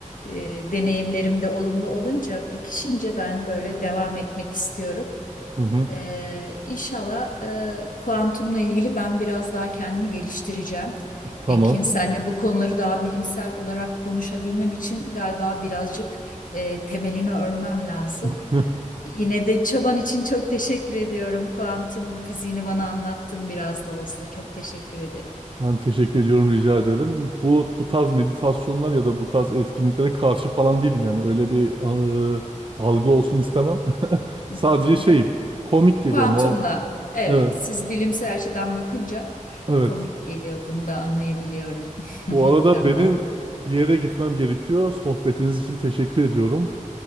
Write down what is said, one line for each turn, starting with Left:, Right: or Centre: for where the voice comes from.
Left: e, deneyimlerim de olumlu olunca, pekişince ben böyle devam etmek istiyorum.
Right: Hı hı.
Left: E, İnşallah e, kuantumla ilgili ben biraz daha kendimi geliştireceğim.
Right: Tamam.
Left: Ekin, senle bu konuları daha bilimsel olarak konuşabilmem için galiba birazcık e, temelini örmem lazım.
Right: <laughs>
Left: Yine de çaban için çok teşekkür ediyorum. Kuantum fiziğini bana anlattın biraz da olsa. Çok teşekkür ederim.
Right: Ben teşekkür ediyorum, rica ederim. Bu bu tarz meditasyonlar ya da bu tarz etkinliklere karşı falan değilim yani. Öyle bir eee, algı olsun istemem. <laughs>
Left: Hı
Right: Sadece
Left: hı, hı
Right: şeyim.
Left: hı.
Right: Komik geliyor.
Left: Kuantumla
Right: No.
Left: evet
Right: Evet.
Left: siz bilimsel açıdan bakınca
Right: Evet.
Left: komik geliyor bunu da anlayabiliyorum. <laughs>
Right: Bu arada
Left: Tamam
Right: benim bir yere gitmem gerekiyor. Sohbetiniz için teşekkür ediyorum.